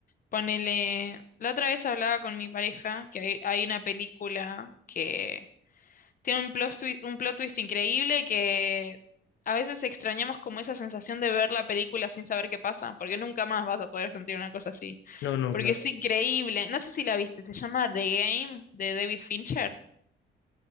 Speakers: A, on the left; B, on the left.
A: Ponele, la otra vez hablaba con mi pareja que hay, hay una película que tiene un plot twist, un plot twist increíble que a veces extrañamos como esa sensación de ver la película sin saber qué pasa, porque nunca más vas a poder sentir una cosa así.
B: no, no,
A: Porque
B: claro.
A: es Sí. increíble. No sé si la viste, se llama The Game de David Fincher.